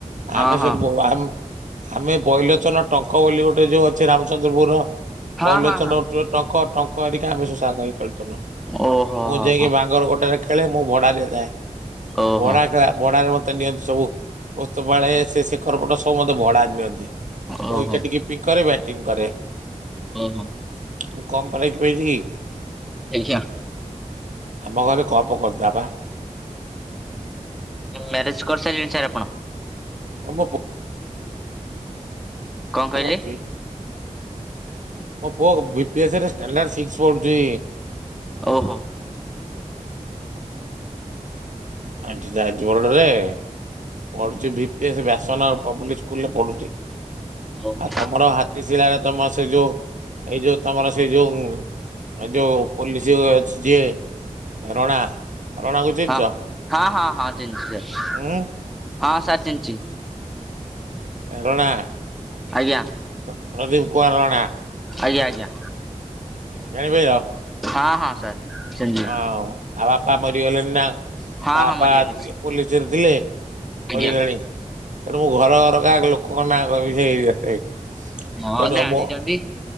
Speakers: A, in the centre; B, on the right.
A: ହଁ
B: ଆମେ
A: ହଁ
B: ସବୁ ଆ ଆମେ ବୈଲୋଚନ ଟଙ୍କ ବୋଲି ଗୋଟେ ଯୋଉ ଅଛି ରାମଚନ୍ଦ୍ରପୁର ର
A: ହଁ
B: ବୈଲୋଚନ
A: ହଁ ହଁ
B: ଉଠ ଟଙ୍କ ଟଙ୍କ ଆରିକି ଆମେ ସବୁ ସାଙ୍ଗ ହେଇ ଖେଳୁଥିଲୁ।
A: ଓହୋ
B: ମୁଁ
A: ହଁ
B: ଯାଇକି
A: ହଁ
B: ବାଙ୍ଗର କଟାରେ ଖେଳେ ମୁଁ ଭଡା ଦେଇଥାଏ
A: ଓହୋ
B: ଭଡା ଖେଳ ଭଡାରେ ମୋତେ ନିଅନ୍ତି ସବୁ। ପୋସ୍ତପଳେ ସେ ଶେଖରପଟ ସବୁ ମତେ ଭଡାରେ ନିଅନ୍ତି।
A: ଓହୋ
B: ମୁଁ ୱିକେଟ କିପିଂ କରେ, ବ୍ୟାଟିଂ କରେ।
A: ଓ ହୋ।
B: ମୁ କମ୍ ପ୍ରାଇଜ ପାଇିଛି କି।
A: ଆଜ୍ଞା।
B: ଆମ ଘରେ କଣ କପ ଗଦା ବା।
A: ମ୍ୟାରେଜ୍ କରିସାରିଲେଣି ସାର୍ ଆପଣ?
B: ଆମ ବୋଉ
A: କଣ କହିଲେ?
B: ପଢୁଛି ମୋ ପୁଅ B P S standard six ପଢୁଛି।
A: ଓହୋ।
B: ଏଠୁ ଯାଇଛି <unintelligible> ପଢୁଛି ଭି ପି ଏସ୍ ବ୍ୟାସନ ପବ୍ଲିକ୍ ସ୍କୁଲ ରେ ପଢୁଛି।
A: ଓହୋ
B: ଆଉ ତମର ହାତୀ ସିଳାରେ ତମର ସେ ଯୋଉ ଏଇ ଯୋଉ ତମର ସେଇ ଯୋଉ ଏ ଯୋଉ ପୋଲିସ ଅଛି ଯିଏ, ରଣା ରଣା କୁ ଚିନ୍ହିଚ?
A: ହଁ ହଁ ହଁ ହଁ ଚିନିଛି ଚିନିଛି।
B: ହଁ।
A: ହଁ ସାର୍ ଚିନିଛି।
B: ରଣା,
A: ଆଜ୍ଞା
B: ପ୍ରଦୀପ କୁମାର ରଣା।
A: ଆଜ୍ଞା ଆଜ୍ଞା।
B: ଜାଣି ପାରିଲ।
A: ହଁ ହଁ ସାର୍। ଚିହ୍ନିଲି
B: ହଁ ତା ବାପା ମରିଗଲେଣି ନା,
A: ହଁ
B: ତା
A: ହଁ
B: ବାପା
A: ମରିଗଲି
B: ପୋଲିସରେ ଥିଲେ।
A: ଆଜ୍ଞା।
B: କରିଲାଣି ତେଣୁ ମୁଁ ଘର ଘର କାହା ଲୋକଙ୍କ ନାଁ କହିବି ସେ
A: ହଁ
B: ତେଣୁ
A: ଜାଣିଛନ୍ତି
B: ମୁ